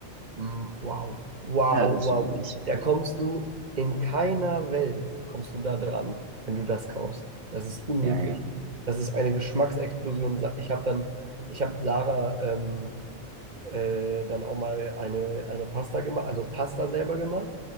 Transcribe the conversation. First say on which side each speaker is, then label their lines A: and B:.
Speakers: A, on the right; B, on the right.
A: Mm, wow, wow,
B: ja, das
A: wow.
B: ist schon wirklich.
A: Da kommst du in keiner Welt, kommst du da dran, wenn du das kaufst. Das ist unmöglich.
B: Ja, ja.
A: Das ist eine Geschmacksexplosion. Sa- Ich habe dann, ich habe Sarah ähm, äh, dann auch mal eine, eine Pasta gemacht, also Pasta selber gemacht.